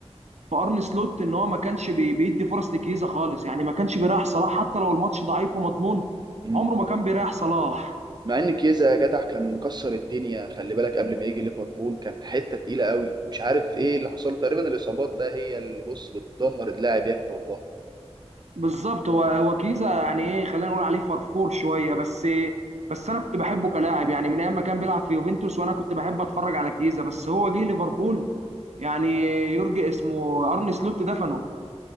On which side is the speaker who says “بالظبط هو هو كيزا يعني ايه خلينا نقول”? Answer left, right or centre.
Right